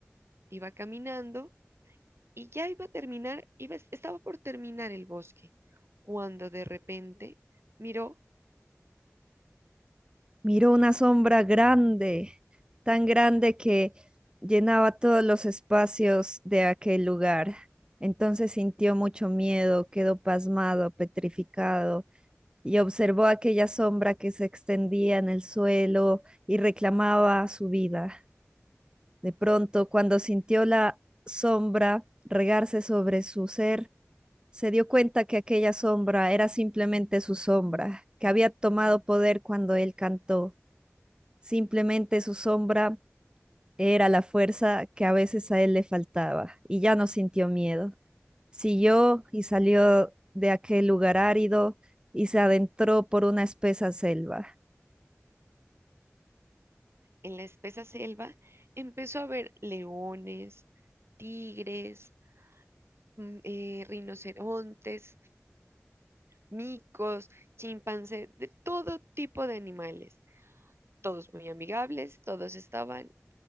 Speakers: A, on the right; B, on the right.
A: Iba caminando Y ya iba a terminar, iba, estaba por terminar el bosque, cuando de repente miró
B: Miró una sombra grande, tan grande que llenaba todos los espacios de aquel lugar. Entonces sintió mucho miedo, quedó pasmado, petrificado, y observó aquella sombra que se extendía en el suelo y reclamaba su vida. De pronto, cuando sintió la sombra regarse sobre su ser, se dio cuenta que aquella sombra era simplemente su sombra, que había tomado poder cuando él cantó Simplemente su sombra era la fuerza que a veces a él le faltaba y ya no sintió miedo. Siguió y salió de aquel lugar árido y se adentró por una espesa selva.
A: en la espesa selva, empezó a ver leones, tigres, mm, eh, rinocerontes, micos, chimpancés, de todo tipo de animales. Todos muy amigables, todos estaban